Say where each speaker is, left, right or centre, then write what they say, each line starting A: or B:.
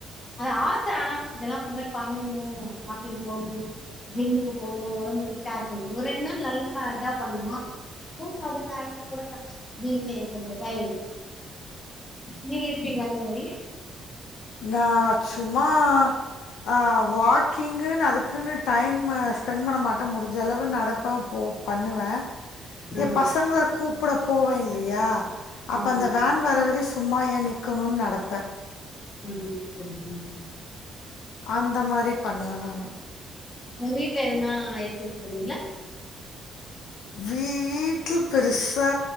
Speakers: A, on the left; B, on the left.
A: அது ஆச ஆனா இதெல்லா அந்த மாரி பண்ணணு வாக்கிங் போணு ஜிம்முக்கு போணு ஒடம்பு ஃபிட்டா இருக்குணு ஒரு ரெண்டு நாள் நல்லா இதா பண்ணுவோ <inaudible> அதுனால கூட <inaudible> கொஞ்ச இதாய்டுது நீங்க இருப்பீங்ளா அந்த மாரி
B: நா சும்மா அ வாக்கிங்குன்னு அதுக்குன்னு டைமு ஸ்பெண்ட் பண்ண மாட்டே முடிஞ்சளவு நடப்பே போ பண்ணுவே
A: ஆ
B: ஏ பசங்கள கூப்புட போவே இல்லியா அப்ப
A: ஆமா
B: அந்த வேன் வர வரையு சும்மா ஏ நிக்கணுன் நடப்பே
A: ம் செரிங்க செரிங்க
B: அந்த மாரி பண்ணுவே நானு
A: உங்க வீட்ல எதுனா எக்சைஸ் பண்ணுவீங்ளா
B: வீட்டில் பெருசா